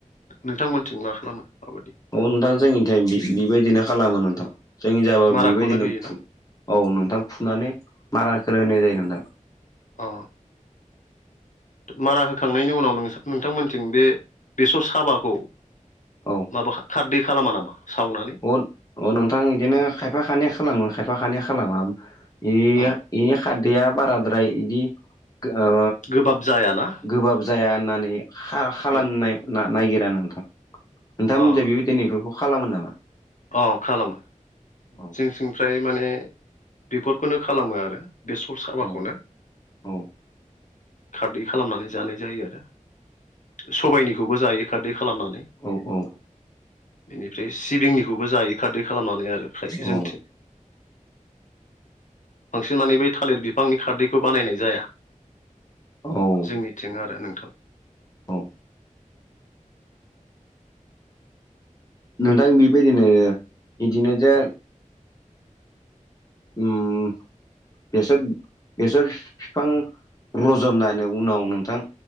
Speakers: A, on the left; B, on the left.
A: नोंथांमोनथिं मा खालामो माबायदि?
B: अ नोंथां जोंनिथाय बि बिबायदिनो खालामो नोंथां जोंनिजाबाबो
A: माराखौनो
B: बेबायदिनो
A: होयोना
B: फु औ नोंथां फुननानै माराखौनो होनाय जायो नोंथां
A: अ मारा होखांनायनि उनाव नोंथांमोनथिं बे बेसर साबाखौ
B: औ
A: माबा खारदै खालामा नामा सावनानै?
B: अ अ नोंथां बिदिनो खायफा खानैया खालामो खायफा खानैया खालामा। इया
A: ओम
B: इ खारदैया बाराद्राय इदि ओ
A: गोबाब जायाना।
B: गोबाब जाया होननानै खा खालामनाय
A: ओम
B: ना-नायगिरा नोंथां नोंथांमोनजाय
A: अ
B: बेबायदिनै बेफोरखौ खालामो नामा?
A: अ खालामो।
B: औ
A: जोंनिथिंफ्राय माने बेफोरखौनो खालामो आरो बेसर साबाखौनो
B: औ औ
A: खारदै खालामनानै जानाय जायो आरो सबायनिखौबो जायो। खारदै खालामनानै
B: औ औ
A: बेनिफ्राय सिबिंनिखौबो जायो खारदै खालामनानै आरो। फ्राय
B: औ
A: जोंथिं बांसिन माने बै थालिर बिफांनि खारदैखौ बानायनाय जाया।
B: औ।
A: जोंनिथिं आरो नोंथां।
B: औ। नोंथां बेबायदिनो बिदिनोजों उम बेसर बेसर फिफां रजबनायनि उनाव नोंथां